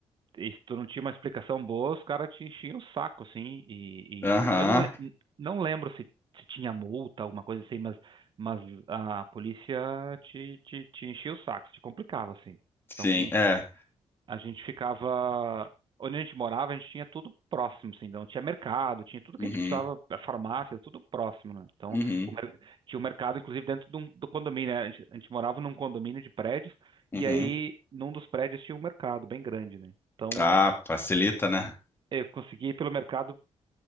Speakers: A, on the right (about 45°); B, on the left (about 20°).
A: e se tu não tinha uma explicação boa, os caras te enchiam o saco, assim. E,
B: Aham.
A: e eu não, le- não lembro se, se tinha multa, alguma coisa assim, mas, mas a polícia te, te, te enchia o saco, te complicava, assim. Então
B: Sim, é.
A: a gente ficava. Onde a gente morava, a gente tinha tudo próximo, assim, então tinha mercado, tinha tudo
B: Uhum,
A: que a gente precisava, a farmácia, tudo próximo, né? Então,
B: uhum,
A: o mer- tinha o mercado, inclusive, dentro de um- do condomínio, né? A gente, a gente morava num condomínio de prédios,
B: uhum.
A: e aí, num dos prédios tinha um mercado bem grande, né? Então,
B: Ah, facilita, né?
A: eu conseguia ir pelo mercado